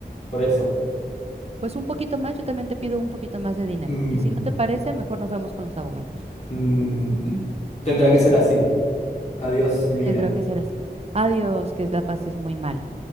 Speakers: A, on the left; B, on the right.
A: por eso.
B: Pues un poquito más, yo también te pido un poquito más de dinero.
A: Mm,
B: Y si no te parece, mejor nos vemos con los abogados.
A: mm, mm, tendrá que ser así. Adiós, Lilia.
B: Tendrá que ser así. Adiós, que la pases muy mal.